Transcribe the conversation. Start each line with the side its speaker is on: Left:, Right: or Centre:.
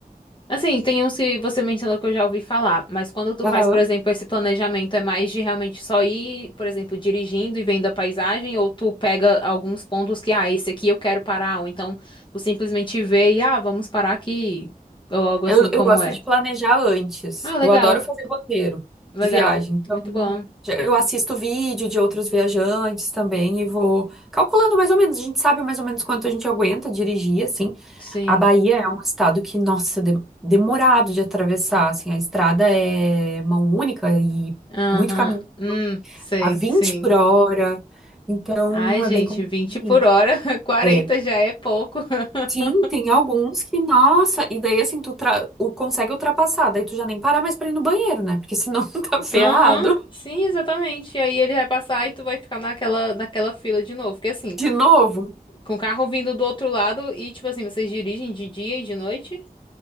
Left: Assim, tem uns que você mencionou que eu já ouvi falar, mas quando tu
Centre: Aham.
Left: faz, por exemplo, esse planejamento, é mais de realmente só ir, por exemplo, dirigindo e vendo a paisagem, ou tu pega alguns pontos que, ah, esse aqui eu quero parar, ou então tu simplesmente vê e, ah, vamos parar aqui, ou algo
Centre: Eu,
Left: assim como
Centre: eu gosto
Left: é.
Centre: de planejar antes.
Left: Ah, legal,
Centre: Eu adoro fazer roteiro
Left: legal,
Centre: de viagem. Então,
Left: muito bom,
Centre: já- eu assisto vídeo de outros viajantes também e vou calculando mais ou menos. A gente sabe mais ou menos quanto a gente aguenta dirigir, assim.
Left: sim,
Centre: A Bahia é um estado que, nossa, de- demorado de atravessar, assim. A estrada é mão única e
Left: aham,
Centre: muito caminho
Left: Hum, sei,
Centre: a 20
Left: sim.
Centre: por hora. Então,
Left: Ai, gente,
Centre: é bem complicadinho.
Left: 20 por hora, <laughs> quarenta
Centre: É.
Left: já é pouco. <laughs>
Centre: Sim, tem alguns que, nossa, e daí assim, tu tra- o, consegue ultrapassar, daí tu já nem parar mais pra ir no banheiro, né? Porque senão <laughs> tu tá ferrado.
Left: Aham, sim, exatamente. E aí ele vai passar e tu vai ficar naquela, naquela fila de novo. Porque assim,
Centre: De novo,
Left: com o carro vindo do outro lado e tipo assim, vocês dirigem de dia e de noite?